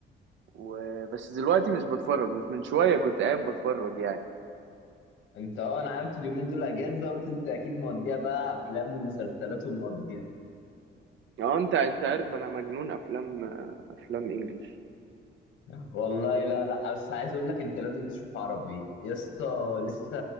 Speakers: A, on the right (about 70°); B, on the left (about 80°).
A: وبس دلوقتي مش بتفرج بس من شويه كنت قاعد بتفرج يعني
B: انت اه انا عارف اليومين دول اجازه قلت انت اكيد موديها بقى افلام ومسلسلات ومقضيها
A: اه انت انت عارف انا مجنون افلام افلام انجلش
B: <laughs> والله لا لا بس عايز اقول لك انت لازم تشوف عربي يا اسطى لسه